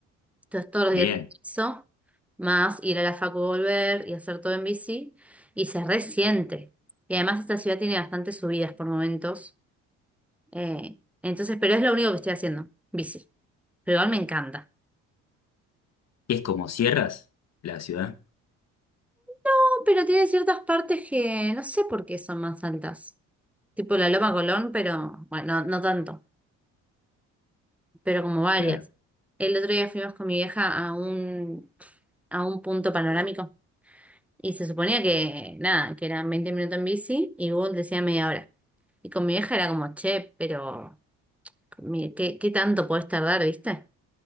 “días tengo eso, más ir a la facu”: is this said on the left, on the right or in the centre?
Centre